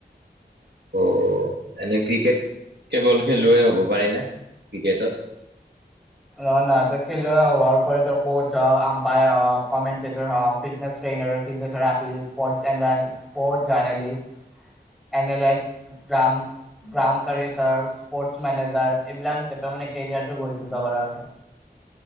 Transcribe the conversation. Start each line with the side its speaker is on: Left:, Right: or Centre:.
Right: অ, এনেই ক্ৰিকেট কেৱল খেলুৱৈ হ'ব পাৰে না ক্ৰিকেটত।
Centre: অ না তই খেলুৱৈ হোৱাৰ উপৰি কৌছ হওক, আম্পায়াৰ হওক, কমেণ্টেটৰ হওক, ফিটনেছ টেইনাৰৰ, ফিজিঅথেৰাপীচ, স্পৰ্টছ <unintelligible> জনেলিষ্ট এনেলাইষ্ট ক্ৰামক, ক্ৰাম কৰে, স্পট মেনেজাৰচ এইবিলাক হিচাপে মানে কেৰিয়াৰটো গঢ়ি তুলিব পাৰা আৰু।